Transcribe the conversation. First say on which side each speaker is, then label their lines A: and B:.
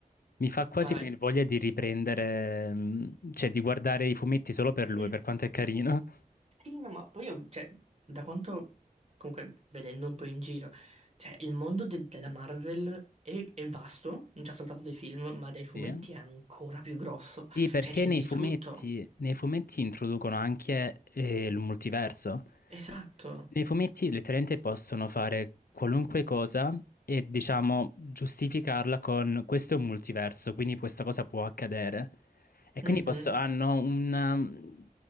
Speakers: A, on the left; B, on the right.
A: mi fa quasi
B: Ma vai.
A: venire voglia di riprendere, mm, cioè di guardare i fumetti solo per lui,
B: Mm.
A: per quanto è carino.
B: Sì, no, ma poi, ho- cioè, da quanto, comunque, vedendo un po' in giro, cioè, il mondo de- della Marvel è, è vasto, non già soltanto dei film, ma dai fumetti
A: Sì.
B: è ancora più grosso.
A: Sì, perché
B: Cioè, c'è
A: nei
B: di
A: fumetti,
B: tutto.
A: nei fumetti introducono anche eh, il multiverso.
B: Esatto.
A: Nei fumetti letteralmente possono fare qualunque cosa e diciamo giustificarla con questo è un multiverso, quindi questa cosa può accadere. E quindi
B: Mhm.
A: posso- hanno una mh,